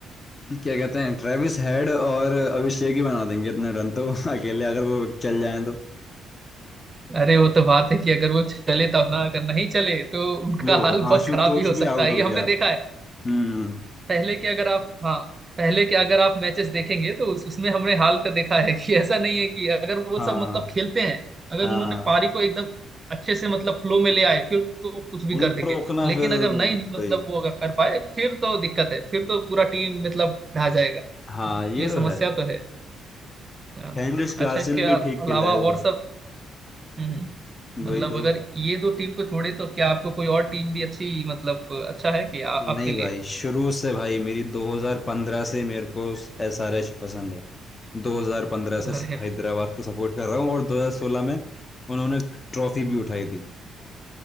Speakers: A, on the left; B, on the right.
A: क्या कहते हैं ट्रेविस हेड और अभिषेक ही बना देंगे इतने रन तो <laughs> अकेले अगर वो चल जाए तो
B: अरे वो तो बात है कि अगर वो चले तब ना अगर नहीं चले तो उनका
A: लो
B: हाल बहुत
A: आशुतोष
B: खराब भी हो सकता
A: भी आउट
B: है
A: हो
B: ये हमने
A: गया
B: देखा है
A: हम्म
B: पहले के अगर आप हाँ पहले के अगर आप मैचेस देखेंगे तो उस, उसमें हमने हाल का देखा है कि ऐसा नहीं है कि अगर वो
A: हाँ
B: सब मतलब खेलते हैं अगर
A: हाँ
B: उन्होंने पारी को एकदम अच्छे से मतलब फ्लो में ले आए फिर तो कुछ भी
A: उनको
B: कर देंगे
A: रोकना
B: लेकिन
A: फिर
B: अगर नहीं मतलब
A: वही
B: वो अगर कर पाए फिर तो दिक्कत है फिर तो पूरा टीम मतलब ढह जाएगा
A: हाँ ये
B: ये
A: तो
B: समस्या
A: है
B: तो है हाँ।
A: हेनरिच क्लासन
B: अच्छा इसके
A: भी ठीक
B: अलावा
A: खेला है इस
B: और
A: बार
B: सब हम्म
A: वही
B: मतलब
A: तो
B: अगर ये दो टीम को छोड़े तो क्या आपको कोई और टीम भी अच्छी मतलब अच्छा है कि आ, आपके
A: नहीं
B: लिए
A: भाई शुरू से भाई मेरी 2015 से मेरे को एसआरएच पसंद है 2015 से
B: अरे
A: हैदराबाद को सपोर्ट कर रहा हूँ और 2016 में उन्होंने ट्रॉफी भी उठाई थी